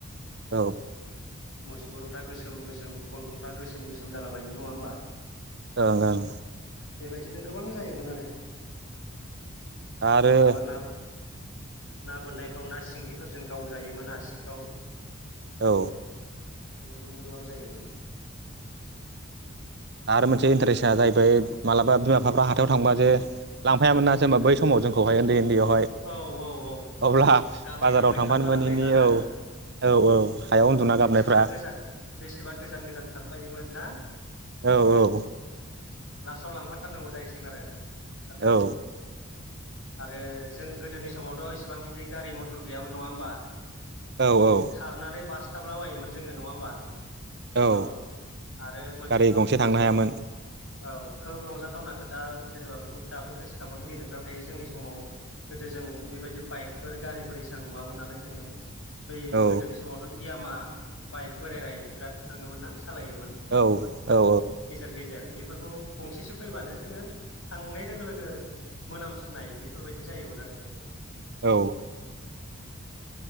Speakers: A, on the right; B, on the left.
A: औ।
B: मुसगुरफ्रा गोसोम गोसोम गन्थंफ्रा गोसोम गोसोम जालाबायायोमोन नङा होमबा
A: ओं ओं।
B: बेबायदिनो गोबां जायोमोन आरो
A: आरो
B: मालाबा ना ना बोननायफ्राव ना सिंगिफोरजों गावजायोमोन आसिफ्राव।
A: औ।
B: बेबायदिनो गोबां जायोमोन।
A: आरो मोनसे इन्टारेस्टआ जाहैबाय मालाबा बिमा बिफ हाथायाव थांबा जे लांफायामोन ना जेनेबा बै समाव जोंखौहाय। <unintelligible>
B: औ औ औ
A: अब्ला
B: गाबै
A: बाजाराव
B: गाबै
A: थांफानो
B: खारफालांनायफाना।
A: मोनैनि औ औ औ हायाव उन्दुना गाबनायफ्रा
B: बेसेबा गोजान बेसेबा गोजान गोजान खारफायोमोन ना।
A: औ औ।
B: लासाव लांफाथारनांगौ जाहैसिगोन आरो <unintelligible> थारनायाव
A: औ
B: आरो जों गोदोनि समावथ' इसेबां बिदि गारि मथर गैयामोन नङा ओमबा।
A: औ औ
B: खारनानै बासथाबलाबायोमोन जोङो नङा ओमबा।
A: औ
B: उनाव आरो मोनसे
A: गारि
B: खो
A: गंसे थांनो हायामोन
B: <unintelligible> औ खोब रंजाथावना खोथा जेनेबा बेखौ दाबो गोसोखांबा मिनिनोओंखारबाय थायो जोंनि समाव। गोदो जों बेबायदि बाइकफोर गारिफोर एसां नुवामोन नालाय जोङो। बै
A: औ
B: गोदोनि समावथ' इयामा बाइक बेरायराय बिराद थाङोमोन ना। सालायोमोन
A: औ औ
B: गेजेर गेजेर बे फोरखौ गंसेसो फैबानो जोङो थांनाय लोगो लोगो मोनामसुनाय बिफोरबायदि जायोमोन आरो जेनेबा
A: औ।